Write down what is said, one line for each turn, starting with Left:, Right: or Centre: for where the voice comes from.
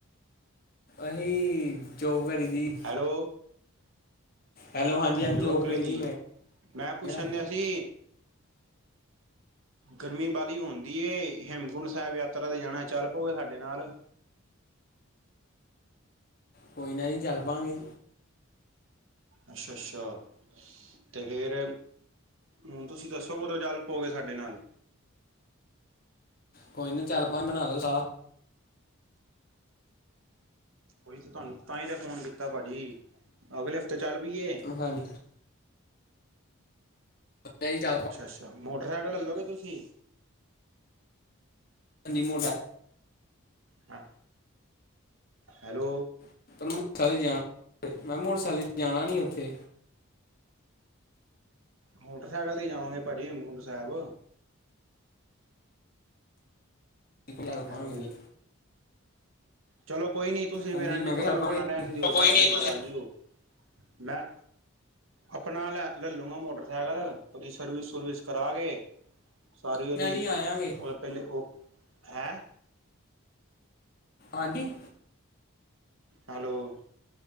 Left: ਅਹੀ ਜੋਬ ਕਰੀ ਦੀ
Right: ਹੈਲੋ
Left: ਹੈਲੋ ਹਾਂਜੀ
Right: ਅੱਛਾ
Left: ਹਾਂਜੀ
Right: ਜੋਬ ਕਰੀ ਦੀ
Left: ਮੈਂ
Right: ਮੈਂ ਪੁੱਛਣ
Left: ਕਿਹਾ
Right: ਡਿਆ ਸੀ ਗਰਮੀ ਬਾਹਲੀ ਹੋਨ ਦੀਏ ਹੇਮਕੁੰਡ ਸਾਹਿਬ ਯਾਤਰਾ ਤੇ ਜਾਨਾ ਚੱਲ ਪਉਗੇ ਸਾਡੇ ਨਾਲ
Left: ਕੋਈ ਨਾ ਜੀ ਚੱਲ ਪਾੰਗੇ
Right: ਅੱਛਾ ਅੱਛਾ ਤੇ ਫਿਰ ਹੁਨ ਤੁਸੀਂ ਦੱਸੋ ਕਦੋਂ ਚਲ ਪੋ ਗਏ ਸਾਡੇ ਨਾਲ
Left: ਕੋਈ ਨਾ ਚੱਲ ਪਾ ਗੇੰ ਬਨਾ ਲੋ ਸਾਥ
Right: ਓਹੀ ਤੇ ਤੁਹਾਨੂੰ ਤਾਂ ਹੀ ਤਾਂ ਫੋਨ ਕੀਤਾ ਭਾਜੀ ਅਗਲੇ ਹਫਤੇ ਚੱਲ ਪਈਏ
Left: ਹਾਂਜੀ ਜੀ ਚੱਲ ਪਾ
Right: ਅੱਛਾ-ਅੱਛਾ ਮੋਟਰਸਾਈਕਲ ਲੈ ਲਓਗੇ ਤੁਸੀਂ
Left: ਨਮੋਟ <unintelligible>
Right: ਹ ਹੈਲੋ
Left: <unintelligible> ਉੱਥੇ
Right: ਮੋਟਰਸਾਈਕਲ ਤੇ ਈ ਜਾਵਾਂਗੇ ਭਾਜੀ ਹੇਮਕੁੰਟ ਸਾਹਿਬ
Left: ਚੱਲ
Right: ਹੈਲੋ,
Left: ਪਾਂਗੇ ਜੀ
Right: ਚਲੋ ਕੋਈ ਨੀ ਤੁਸੀਂ
Left: ਹਾਂਜੀ
Right: ਫਿਰ ਏਜੰ
Left: ਮੈਂ
Right: ਕਰੀਓ
Left: ਕਿਹਾ ਚੱਲ
Right: ਆਪਣਾ
Left: ਪਾਂਗੇ
Right: ਰਹਿਨ ਦਿਓ
Left: ਕੋਈ
Right: ਸਾਡੇ
Left: ਨਹੀਂ
Right: ਏਧਰ
Left: ਤੁਸੀਂ
Right: ਆ ਜਿਓ ਮੈਂ ਅਪਣਾ ਲੈ ਲੱਲੂਆ ਮੋਟਰਸਾਈਕਲ ਓਦੀ ਸਰਵੀਸ-ਸੁਰਵੀਸ ਕਰਾ ਕੇ ਸਾਰੀ ਓਦੀ,
Left: ਨਾ ਜੀ ਆਵਾਂਗੇ
Right: ਕੁਲ ਪੈਲੇ ਓ, ਹੈਂ
Left: ਆਂਜੀ।
Right: ਹੈਲੋ,